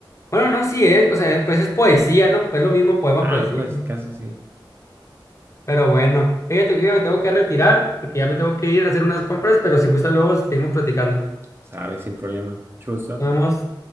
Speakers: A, on the left; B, on the right.
A: Bueno, no, sí es, o sea, pues es poesía, ¿no? Es lo mismo poema,
B: Ah,
A: poesía.
B: pues
A: ¿no?
B: casi sí.
A: Pero bueno, fíjate que me tengo que retirar porque ya me tengo que ir a hacer unas compras, pero si gusta luego seguimos platicando.
B: Sabe, sin problema. Chuzo.
A: Nos vemos.